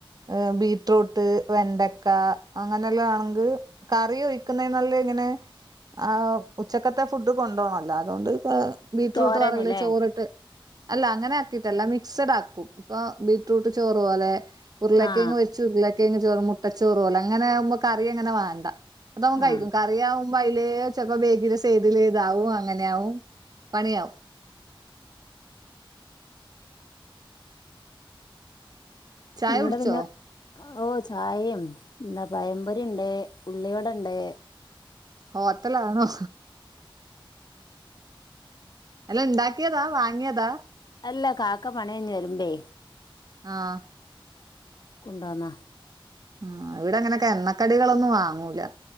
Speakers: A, on the right; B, on the left.
A: ഏഹ് ബീട്രൂട്ട് വെണ്ടക്ക അങ്ങനെല്ലാം ആണെങ്ക് കറി ഒഴിക്കുന്നേനും നല്ലേ ഇങ്ങനെ ആഹ് ഉച്ചക്കത്തെ ഫുഡ് കൊണ്ടോണല്ലോ അതൊണ്ട് ഇപ്പ ബീറ്റ്റൂട്ടറവില്
B: തോരനില്ലേ
A: ചോറിട്ട് അല്ല അങ്ങനെ ആക്കീട്ടല്ല മിക്സഡ് ആക്കും ഇപ്പൊ ബീടറൂട്ട് ചോറ് പോലെ ഉരുളക്കേങ്
B: ആ
A: വെച്ച് ഉരുളക്കെങ് ചോറ് മുട്ടച്ചോറ് പോലേ അങ്ങനെ ആമു കറി അങ്ങനെ വാണ്ടാ അതാവും കഴിക്കും
B: ആ
A: കറി ആവും വൈലേച്ചക്കെ ബേഗില് സൈഡില് ഇതാവും അങ്ങെനാവും പണിയാവും ചായ
B: ഇവടെ
A: കുടിച്ചോ
B: പിന്നെ ഓഹ് ചായേം ന്താ പയമ്പൊരിണ്ട് ഉള്ളിവടണ്ട്
A: ഹോത്തലാണോ അല്ലാ ണ്ടാക്കിയതാ വാങ്ങിയതാ
B: അല്ലാ കാക്ക പണൈഞ് വെരുമ്പേ
A: ആഹ്
B: കൊണ്ടാന്നാ
A: ആഹ് ഇവിടെ അങ്ങനെ ക്കെ എണ്ണക്കടികളൊന്നും വാങ്ങൂല